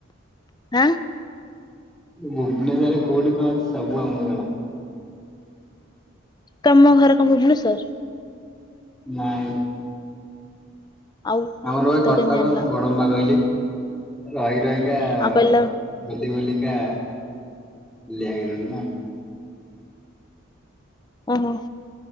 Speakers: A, on the left (about 20°); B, in the centre.
A: ଆଁ?
B: ଭୁବନେଶ୍ବରରେ କୋଉଠି କଣ ଅଛି ସବୁ ଆମକୁ ଜଣା।
A: ତମ ଘର କଣ ଭୁବନେଶ୍ୱର?
B: ନାଇଁ।
A: ଆଉ
B: ଆମର ବା
A: ତ
B: କଟକ
A: କେମିତି ଜାଣିଲ
B: ବଡମ୍ବା କହିଲି ରହି ରହିକା
A: ଆଁ କହିଲ
B: ବୁଲି ବୁଲିକା ହଲିିଆ ହେଇଗଲୁଣି ନା?
A: ଓହୋ